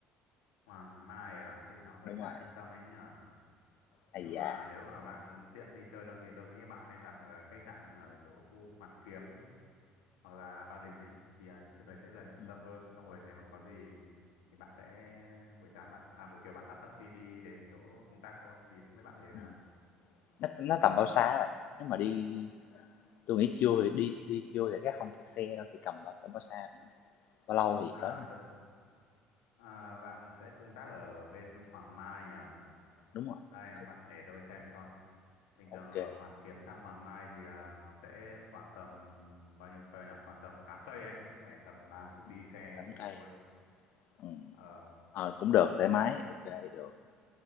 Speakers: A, on the left (about 80°); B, on the left (about 60°).
A: Hoàng Mai à, thế nó hơi
B: đúng
A: xa
B: rồi,
A: trung tâm ấy nhỉ?
B: Ây
A: nhưng
B: da,
A: mà nếu mà bạn muốn tiện đi chơi luôn thì tôi nghĩ bạn nên đặt ở khách sạn ở chỗ khu Hoàn Kiếm hoặc là Ba Đình ấy thì à, những chỗ đấy sẽ gần trung
B: ừm,
A: tâm hơn xong rồi nếu mà có gì thì bạn sẽ buổi sáng bạn à buổi chiều bạn bắt taxi đi đến chỗ công tác thôi thì không biết bạn thế
B: ừm,
A: nào
B: nó nó tầm bao xa vậy Nếu mà đi tôi nghĩ trưa thì đi đi trưa thì chắc không kẹt xe đâu, thì tầm bao tầm bao xa vậy ha? Bao lâu thì
A: à,
B: tới ha?
A: tự, à bạn sẽ công tác ở bên Hoàng Mai à
B: Đúng rồi,
A: đây
B: có
A: bạn để tôi xem cho bình thường
B: ô
A: ở
B: kê,
A: Hoàn Kiếm sang Hoàng Mai thì à, nó sẽ khoảng tầm bao nhiêu cây nhỉ khoảng tầm 8 cây ấy cũng phải tầm ba phút
B: ừm,
A: đi xe
B: tắm
A: ô
B: cây,
A: tô ấy
B: ừm,
A: ờ
B: ờ, cũng được, thoải mái,
A: thì
B: ok được.